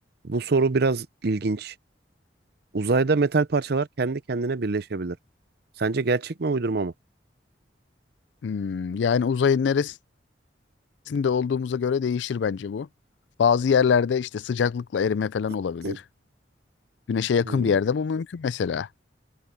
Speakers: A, on the right; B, on the left.
A: bu soru biraz ilginç. Uzayda metal parçalar kendi kendine birleşebilir. Sence gerçek mi uydurma mı?
B: Hmm, yani uzayın neresi de olduğumuza göre değişir bence bu. Bazı yerlerde işte sıcaklıkla erime falan
A: <clears throat>
B: olabilir.
A: Hı.
B: Güneşe yakın
A: Hmm,
B: bir yerde bu mümkün mesela.